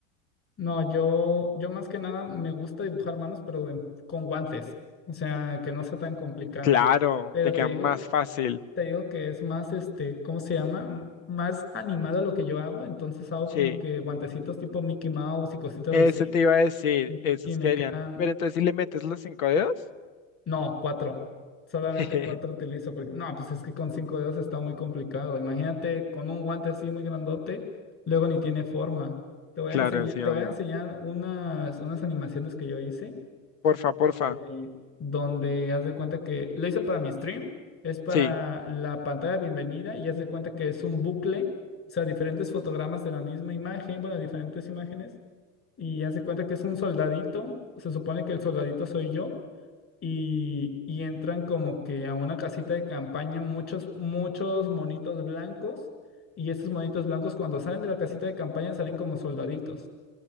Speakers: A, on the left; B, on the left.
A: No, yo, yo más que nada me gusta dibujar manos, pero de- con guantes. O sea, que no sea tan complicado.
B: Claro,
A: Pero
B: te quedan
A: te digo,
B: más fácil,
A: te digo que es más, este, ¿cómo se llama? M- Más animado lo que yo hago. Entonces hago
B: sí.
A: como que guantecitos tipo Mickey Mouse y cositas
B: Eso
A: así.
B: te iba a decir,
A: Y,
B: esos
A: y me
B: que harían.
A: quedan,
B: Pero entonces, si le metes los cinco dedos?
A: No, cuatro. Solamente
B: <laughs>
A: cuatro utilizo porque no, pues es que con cinco dedos está muy complicado. Imagínate con un guante así muy grandote, luego ni tiene forma. Te voy
B: Claro,
A: a enseñar,
B: sí,
A: te
B: obvio.
A: voy a enseñar unas, unas animaciones que yo hice
B: Porfa, porfa.
A: de- donde haz de cuenta que lo hice para mi stream, es para
B: Sí,
A: la pantalla de bienvenida y haz de cuenta que es un bucle, o sea, diferentes fotogramas de la misma imagen, bueno, diferentes imágenes y haz de cuenta que es un soldadito, se supone que el soldadito soy yo y, y entran como que a una casita de campaña muchos, muchos monitos blancos y esos monitos blancos cuando salen de la casita de campaña salen como soldaditos.